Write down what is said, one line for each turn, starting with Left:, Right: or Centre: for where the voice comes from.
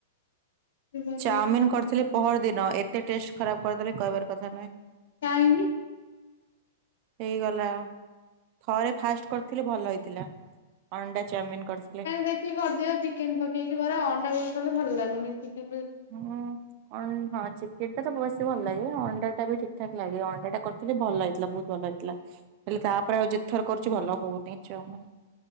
Left: ବନେଇ
Right: ଚାଉମିିନ
Left: ଖାଉ
Right: କରିଥିଲି ପହର ଦିନ ଏତେ ଟେଷ୍ଟ ଖରାପ କରିଦେଲେ କହିବାର କଥା ନୁହେଁ।
Left: କାହିଁକି?
Right: ହେଇଗଲା ଥରେ ଫାଷ୍ଟ କରିଥିଲି ଭଲ ହେଇଥିଲା। ଅଣ୍ଡା ଚାଉମିିନ କରିଥିଲି।
Left: ଦେଖି କରଦଉ ଚି ଚିକେନ୍ ପକେଇକି କର ଅଣ୍ଡା ପକେଇ କି କଲେ ଭଲ ଲାଗୁନି। ଚିକେ
Right: ହଁ। ହଁ ଚିକେନ ଟା ତ ବେଶୀ ଭଲ ଲାଗେ। ଅଣ୍ଡା ଟା ବି ଠିକ ଠାକ୍ ଲାଗେ ଅଣ୍ଡା ଟା କରିଥିଲି ଭଲ ହେଇଥିଲା। ବହୁତ ଭଲ ହେଇଥିଲା। ହେଲେ ତାପରେ ଆଉ ଯେତ ଥର କରୁଛି ଭଲ ହଉନି ଚାଓମିନ୍।